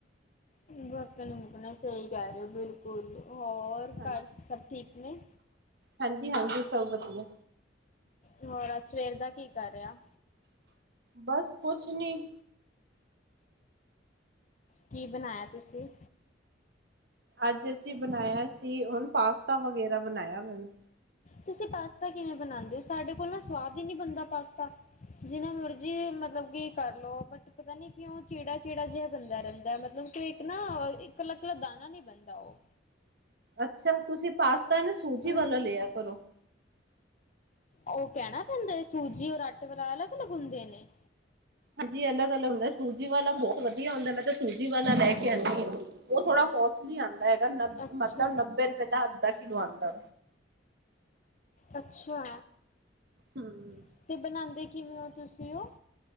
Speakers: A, on the left; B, on the right.
A: ਨਹੀ ਮੁਕਣੇ ਸਹੀ ਕਹਿ ਰਹੇ ਹੋ ਬਿਲਕੁਲ ਹੋਰ
B: ਹਾਂਜੀ।
A: ਘਰ ਸਭ ਠੀਕ ਨੇ-
B: ਹਾਂਜੀ ਹਾਂਜੀ ਸਭ ਵਧੀਆ-
A: ਹੋਰ ਅ ਸਵੇਰ ਦਾ ਕੀ ਕਰ ਰਿਹਾ
B: ਬਸ ਕੁਛ ਨੀ-
A: ਕੀ ਬਣਾਇਆ ਤੁਸੀ
B: ਅਜ ਅਸੀ ਬਣਾਇਆ ਸੀ ਹਣ ਪਾਸਤਾ ਵਗੈਰਾ ਬਣਾਇਆ ਮੈਨੂੰ
A: ਤੁਸੀ ਪਾਸਤਾ ਕਿਵੇ ਬਣਾਉਦੇ ਹੋ ਸਾਡੇ ਕੋਲ ਨਾ ਸਵਾਦ ਹੀ ਨਹੀ ਬਣਦਾ ਪਾਸਤਾ ਜੀਨਾ ਮਰਜੀ ਮਤਲਬ ਕੀ ਕਰਲਓ ਬਟ ਪਤਾ ਨੀ ਕਿਉ ਚੀੜਾ- ਚੀੜਾ ਜਿਹਾ ਬੰਦਾ ਰਹਿਦਾ ਮਤਲਬ ਇਕ ਨਾ ਇਕ ਅਲਾ ਇਕਲਾ ਦਾਣਾ ਨੀ ਬਣਦਾ ਉਹ
B: ਅਛਾ ਤੁਸੀ ਪਾਸਤਾ ਨਾ ਸੂਜੀ
A: ਹਮ
B: ਵਾਲਾ ਲਿਆ ਕਰੋ
A: ਉਹ ਕੈਣਾ ਪੈਂਦਾ ਹੈ ਸੂਜੀ ਔ ਆਟੇ ਵਾਲੇ ਅਲਗ- ਅਲਗ ਹੁਦੇ ਨੇ
B: ਹਾਂਜੀ ਅਲਗ- ਅਲਗ ਹੁੰਦਾ ਹੈ। ਸੂਜੀ ਵਾਲਾ ਬਹੁਤ ਵਧੀਆ ਹੁੰਦਾ ਮੈਂ ਤਾਂ ਸੂਜੀ ਵਾਲਾ ਲੈਕੇ ਆਉਦੀ ਹਾਂ ਉਹ ਥੋੜਾ ਸਹੀ ਆਦਾ ਹੈਗਾ ਨ
A: ਅੱਛਾ
B: ਮਤਲਬ ਨਬੇ ਰੁਪਏ ਦਾ ਅਧਾ ਕਿਲੋ ਆਉਦਾ
A: ਅਛਾ
B: ਹੂੰ।
A: ਅਤੇ ਬਣਾਉਦੇ ਕਿਵੇ ਹੋ ਤੁਸੀ ਉਹ